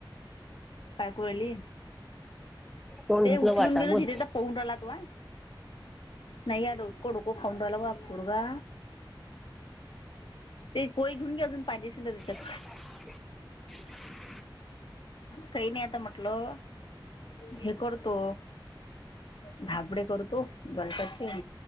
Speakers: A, on the left; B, in the centre.
A: काय करू राहिली
B: तोंड
A: ते
B: धुतलं
A: उचलून
B: बा आता
A: देतो
B: बोल
A: तिथे जा तोंड आला तूवा नाही या डोट. कडु को खाऊन रायला वाट पोरगा. एक पोळी घेऊन घे अजून पाहिजे असणं त त्याच्यात.
B: <unintelligible>
A: काई नाय आता म्हटलं हे करतो. धाबडे करतो बल्काचे